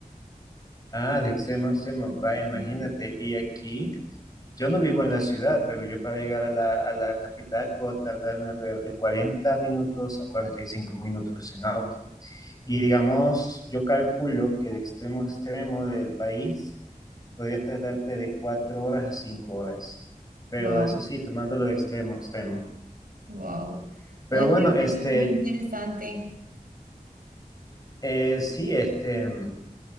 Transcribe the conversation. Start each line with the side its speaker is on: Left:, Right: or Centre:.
Left: Ah, de extremo a extremo, vaya, imagínate.
Right: Ujú.
Left: Y aquí, yo no vivo en la ciudad, pero yo para llegar a la, a la capital puedo tardarme alrededor de 40 minutos a 45 minutos en auto. Y digamos, yo calculo que de extremo a extremo del país podrías tardarte de cuatro horas a cinco horas. Pero
Right: Wow,
Left: eso sí, tomándolo de extremo a extremo.
Right: wow. Oye,
Left: Pero bueno,
Right: bueno,
Left: este,
Right: muy interesante.
Left: eh, sí, este, mm,